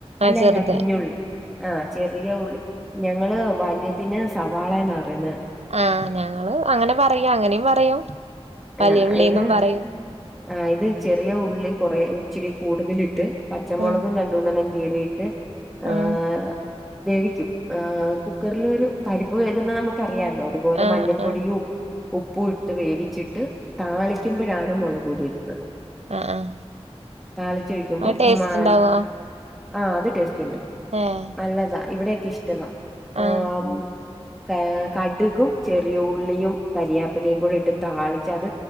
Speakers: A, in the centre; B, on the right.
A: അല്ല
B: ആഹ് ചെറുത്
A: അല്ല കുഞ്ഞുള്ളി ആഹ് ചെ റിയ ഉള്ളി ഞങ്ങള് വല്തിന് സവാളന്ന പറയുന്നത്
B: ആഹ് ഞങ്ങള് അങ്ങനെ പറയാ അങ്ങനിം പറയും വലിയ
A: ആഹ്
B: ഉള്ളീന്നും
A: ഇത്
B: പറയും
A: ആഹ് ഇത് ചെറിയ ഉള്ളി കുറെ ഇച്ചിരി കൂടുതലിട്ട് പച്ചമൊളകും
B: ഉം
A: രണ്ടൂന്നെണ്ണം കീറിയിട്ട് ആഹ്
B: ഉം
A: വേവിക്കും എഹ് കുക്കറിൽ ഒരു പരിപ്പ് വേകുന്നത് നമുക്ക് അറിയാലോ അതുപോലെ
B: ആഹ്
A: മഞ്ഞപ്പൊടിയും
B: ആഹ്
A: ഉപ്പും ഇട്ട് വേവിച്ചി ട്ട് താളിക്കുമ്പോഴാണ് മൊളക് പൊടി ഇടുന്നത്
B: ആഹ് ആഹ്
A: താളിച്ചൊഴിക്കുമ്പോ
B: അത് ടേസ്റ്റ്
A: ഉമാൻ
B: ഉണ്ടാവോ
A: ആഹ് അത് ടേസ്റ്റ് ഇണ്ട്
B: ഏഹ്
A: ഇള്ളതാ ഇവിടെക്കെ ഇഷ്ടകാ എഹ്
B: ആഹ്
A: ഏ കടുകും ചെറിയ ഉള്ളിയും കരിയാപ്പിലയും കൂടി ഇട്ട് താളിച്ച് അത്